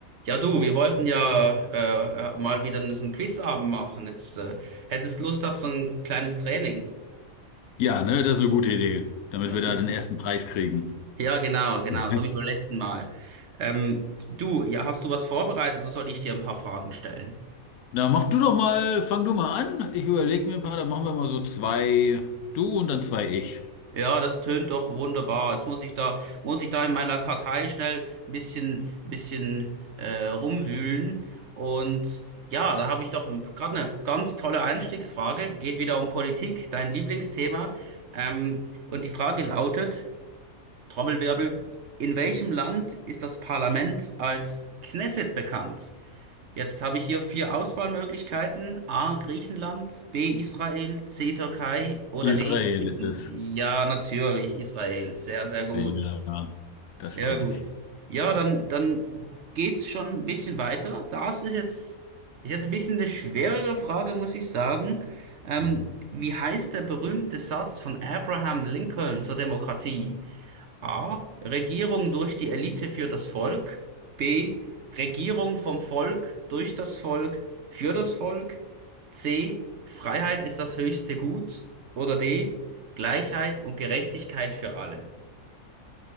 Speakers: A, on the right; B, on the left.
A: Ja, du, wir wollten ja äh, äh, mal wieder so einen Quizabend machen. Jetzt äh, hättest Lust auf so ein kleines Training.
B: Ja, ne, das ist eine gute Idee, damit
A: Ja,
B: wir
A: super.
B: da den ersten Preis kriegen.
A: Ja, genau, genau,
B: <laughs>
A: so wie beim letzten Mal. Ähm, du, ja, hast du was vorbereitet oder soll ich dir ein paar Fragen stellen?
B: Na, mach du doch mal, fang du mal an. Ich überlege mir ein paar, dann machen wir mal so zwei du und dann zwei ich.
A: Ja, das tönt doch wunderbar. Jetzt muss ich da, muss ich da in meiner Kartei schnell ein bisschen, bisschen äh, rumwühlen. Und ja, da habe ich doch gerade eine ganz tolle Einstiegsfrage. Geht wieder um Politik, dein Lieblingsthema. Ähm, und die Frage lautet, Trommelwirbel, in welchem Land ist das Parlament als Knesset bekannt? Jetzt habe ich hier vier Auswahlmöglichkeiten. A, Griechenland, B, Israel, C, Türkei oder
B: Israel
A: D, Ägypten.
B: ist es.
A: Ja, natürlich, Israel. Sehr, sehr gut.
B: Ja,
A: Sehr
B: das kenne
A: gut.
B: ich.
A: Ja, dann, dann geht's schon ein bisschen weiter. Das ist jetzt, ist jetzt ein bisschen eine schwerere Frage, muss ich sagen. Ähm,
B: Ja.
A: wie heißt der berühmte Satz von Abraham Lincoln zur Demokratie? A. Regierung durch die Elite für das Volk. B. Regierung vom Volk, durch das Volk, für das Volk. C. Freiheit ist das höchste Gut. Oder D. Gleichheit und Gerechtigkeit für alle.